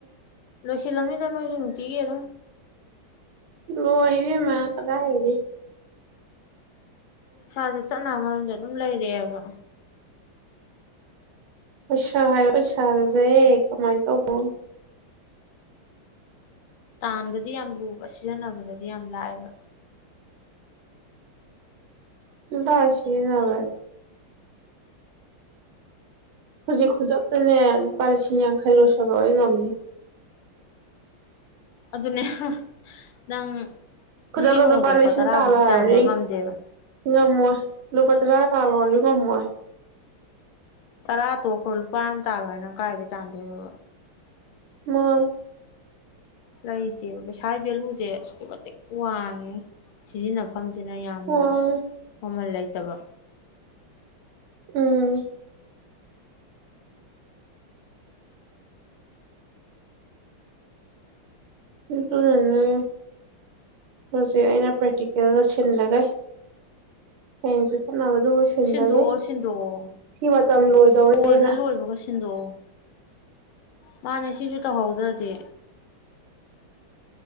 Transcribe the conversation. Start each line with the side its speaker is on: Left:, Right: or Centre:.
Left: ꯂ ꯆꯂꯂꯝꯅꯤ ꯇꯅꯣ ꯆꯟꯇ ꯑꯦ ꯑꯗꯨꯣ
Right: ꯂꯅꯦ ꯃ ꯀꯗꯥꯗꯤ
Left: ꯁꯥꯁꯦ ꯆꯠꯅꯕ ꯃꯔꯝꯗꯦ ꯑꯗꯨꯝ ꯂꯩꯔꯛꯑꯦꯕ
Right: ꯁꯍꯣ ꯁꯜꯖꯦ ꯀꯃꯥꯏ ꯇꯣ ꯀꯣꯟ
Left: ꯇꯥꯟꯕꯗꯤ ꯌꯥꯝ ꯂꯨꯕ ꯁꯤꯖꯤꯟꯅꯕꯗꯗꯤ ꯌꯥꯝ ꯂꯥꯛꯑꯦꯕ
Right: ꯁ ꯅꯋꯥꯗ ꯍꯧꯖꯤ ꯈꯨꯣꯗ ꯄꯂꯤꯁꯤ ꯈꯥꯏ ꯂꯣ ꯁꯒ ꯉꯝꯅꯤ
Left: ꯑꯗꯨꯅꯦ ꯅꯪ
Right: ꯈꯨꯗ
Left: ꯉꯁꯤ
Right: ꯀꯗꯣ
Left: ꯅꯣꯡꯃꯗ
Right: ꯄꯂꯁꯤꯟ
Left: ꯂꯨꯄꯥ ꯇꯔꯥꯕꯨꯛꯇꯤ
Right: ꯇꯥꯂ ꯍꯥꯏ
Left: ꯇꯥꯟꯕ ꯉꯝꯗꯦꯕ
Right: ꯉꯝꯃꯣ ꯂꯄꯇ ꯔ ꯇꯥ ꯑꯣꯏꯁꯨ ꯀꯝꯣꯏ
Left: ꯇꯔꯥ ꯇꯣꯈꯣꯏ ꯂꯨꯄꯥ ꯑꯃ ꯇꯥꯜꯂꯣ ꯍꯥꯏꯅꯪ ꯀꯥꯏꯗꯒꯤ ꯇꯥꯟꯗꯣꯏꯅꯣꯕ
Right: ꯃꯥ
Left: ꯂꯩꯇꯦꯕ ꯄꯩꯁꯥꯒꯤ ꯚꯦꯂꯨꯁꯦ ꯑꯁꯨꯛꯀꯤ ꯃꯇꯤꯛ ꯋꯥꯡꯉꯦ ꯁꯤꯖꯤꯟꯅꯕ ꯃꯐꯝꯁꯤꯅ ꯌꯥꯝꯅ
Right: ꯋꯥꯔꯦ
Left: ꯃꯃꯜ ꯂꯩ ꯐꯠꯇꯕ
Right: ꯎꯝ ꯀꯅ ꯍꯧꯖꯤꯦ ꯑꯩꯅ ꯄ꯭ꯔꯦꯇꯤꯀꯦꯜꯒ ꯁꯤꯟꯂꯒꯦ ꯑ ꯆꯛꯅꯕꯗꯨꯕꯨ ꯁꯤꯟꯂꯒꯦ
Left: ꯁꯤꯟꯗꯣꯛꯑꯣ ꯁꯤꯟꯗꯣꯛꯑꯣ
Right: ꯁꯤ ꯃꯇꯝ ꯂꯣꯏꯗꯧꯔꯦꯅ
Left: ꯀꯣꯜꯁꯦ ꯂꯣꯏꯕꯒ ꯁꯤꯟꯗꯣꯛꯑꯣ ꯃꯥꯅꯦ ꯁꯤꯁꯨ ꯇꯧꯍꯧꯗ꯭ꯔꯗꯤ